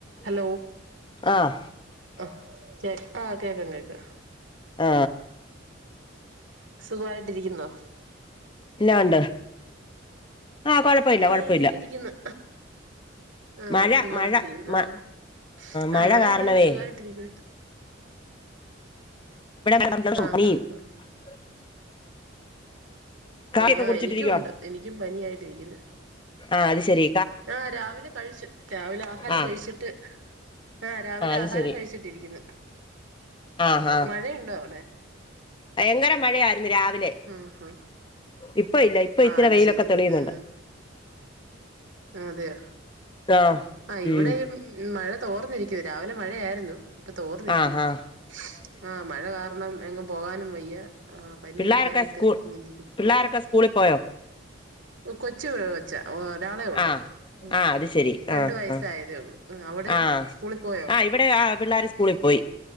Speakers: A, on the right; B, on the left.
A: Hello
B: ആഹ്
A: ആ ശരി ആ കേൾക്കൻ കേക്ക
B: ആ
A: സുഖമായിട്ടിരിക്കുന്നോ?
B: എന്നാണ്ട് ആ കൊഴപ്പല്ല
A: ആ
B: കൊഴപ്പമില്ല
A: ഇങ്ങനെ ഇരിക്കുന്നു ആ
B: മഴ
A: സുഖായിട്ടിരിക്കുന്നു
B: മഴ
A: ആ
B: മ മഴ
A: ആഹ് ഇവിടെ
B: കാരണവേ
A: എല്ലാരും സുഖായിട്ടിരിക്കുന്നു
B: <unintelligible>
A: ആ ആ ആ പനി
B: കാപ്പിയൊക്കെ
A: ആ
B: കുടിച്ചിട്ടിരിക്കുവാണോ
A: എനിക്കും ഉണ്ട് എനിക്കും പനി ആയിട്ടിരിക്കുന്നു.
B: ആ അത് ശരി
A: ആ രാവിലെ കഴിച്ചു രാവിലെ ആഹാരം
B: ആഹ്
A: കഴിച്ചിട്ട് ആഹ് രാവിലെ
B: അത്
A: ആഹാരം
B: ശെരി
A: കഴിച്ചിട്ടിരിക്കുന്നു.
B: ആഹ് ആഹ്
A: മഴയുണ്ടോ അവിടെ?
B: ഭയങ്കര മഴയായിരുന്നു രാവിലെ
A: ആ ആ
B: ഇപ്പൊ ഇല്ല ഇപ്പൊ ഇച്ചിരി
A: ആ അത്
B: വെയിലൊക്കെ
A: ശരി
B: തെളിയുന്നുണ്ട്.
A: ആ അതെയോ
B: ആഹ്
A: മ് ഇവിടെ
B: ഉം
A: മഴ തോർന്നിരിക്കൂ. രാവിലെ മഴയായിരുന്നു. ഇപ്പൊ തോർന്നിരിക്കുന്ന്
B: ആഹ് ആഹ്
A: ആഹ് മഴ കാരണം എങ്ങും പോകാനും വയ്യ ആഹ് പനിയൊക്കെ
B: പിള്ളേരൊക്കെ
A: ആയിട്ട്
B: സ്കൂൾ
A: ഇങ്ങനിരിക്കുന്നു.
B: പിള്ളേരൊക്കെ സ്കൂളിൽ പോയോ?
A: കൊച്ചു കൊച്ച ഒരാളേ ഒള്ളു.
B: ആഹ്
A: ഉം
B: ആഹ് അത് ശെരി
A: രണ്ട്
B: ആഹ്
A: വയസായതേ
B: ആഹ്
A: ഉള്ളൂ. അവിടെയോ
B: ആഹ്
A: സ്കൂളിൽ പോയോ?
B: ആഹ് ഇവിടെ ആഹ് പിള്ളേര് സ്കൂളിൽ പോയി